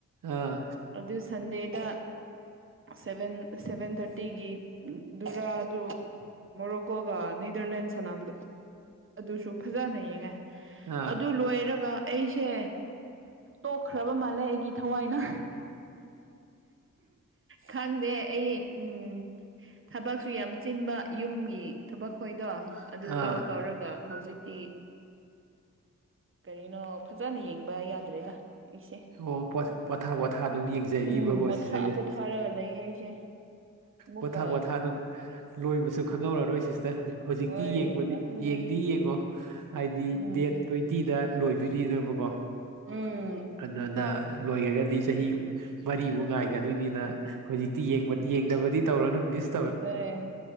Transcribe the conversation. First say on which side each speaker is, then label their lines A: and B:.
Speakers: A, on the right; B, on the right.
A: ꯑꯥ
B: ꯑꯗꯨ ꯁꯟꯗꯦꯗ ꯁꯚꯦꯟ ꯁꯚꯦꯟ ꯊꯥꯔꯇꯤꯒꯤ ꯗꯨꯔꯥꯗꯨ ꯃꯣꯔꯣꯀꯣꯒ ꯅꯤꯗꯔꯂꯦꯟ ꯁꯥꯟꯅꯕꯗꯣ ꯑꯗꯨꯁꯨ ꯐꯖꯅ ꯌꯦꯡꯉꯦ
A: ꯑꯥ
B: ꯑꯗꯨ ꯂꯣꯏꯔꯒ ꯑꯩꯁꯦ ꯇꯣꯛꯈ꯭ꯔꯕ ꯃꯥꯜꯂꯦ ꯑꯩꯒꯤ ꯊꯋꯥꯏꯅ ꯈꯪꯗꯦ ꯑꯩ ꯎꯝ ꯊꯕꯛꯁꯨ ꯌꯥꯝ ꯆꯤꯟꯕ ꯌꯨꯝꯒꯤ ꯊꯕꯛꯈꯣꯏꯗꯣ ꯑꯗꯨ
A: ꯑꯥ
B: ꯇꯥꯎ ꯇꯧꯔꯒ ꯍꯧꯖꯤꯛꯇꯤ ꯀꯔꯤꯅꯣ ꯐꯖꯅ ꯌꯦꯡꯕ ꯌꯥꯗ꯭ꯔꯦꯗ ꯑꯩꯁꯦ
A: ꯑꯣ ꯄꯣꯊꯥ ꯄꯣꯊꯥ ꯑꯗꯨꯝ ꯌꯦꯡꯖꯔꯤꯕꯀꯣ
B: ꯎꯝ ꯄꯣꯊꯥ
A: ꯁꯤꯁꯇꯔ
B: ꯄꯣꯊꯥꯔꯒ ꯂꯩꯌꯦ ꯑꯩꯁꯦ ꯑꯃꯨꯛꯀ
A: ꯄꯣꯊꯥ ꯄꯣꯊꯥ ꯑꯗꯨꯝ ꯂꯣꯏꯕꯁꯨ ꯈꯪꯍꯧꯔꯔꯣꯏ ꯁꯤꯁꯇꯔ ꯍꯧꯖꯤꯛꯇꯤ
B: ꯍꯣꯏ
A: ꯌꯦꯡꯕꯗꯤ
B: ꯑꯗꯨꯅꯦ
A: ꯌꯦꯡ ꯌꯦꯉꯣ ꯍꯥꯏꯗꯤ
B: ꯎꯝ
A: ꯗꯦꯠ ꯇ꯭ꯋꯦꯟꯇꯤꯗ ꯂꯣꯏꯗꯣꯏꯅꯤꯅꯥꯕꯀꯣ
B: ꯎꯝ
A: ꯑꯗꯨꯅ ꯂꯣꯏꯈ꯭ꯔꯒꯗꯤ ꯆꯍꯤ ꯃꯔꯤꯃꯨꯛ ꯉꯥꯏꯒꯗꯣꯏꯅꯤꯅ ꯍꯧꯖꯤꯛꯇꯤ ꯌꯦꯡꯗꯕꯗꯤ ꯇꯧꯔꯅꯨ ꯗꯤꯁ
B: ꯑꯦ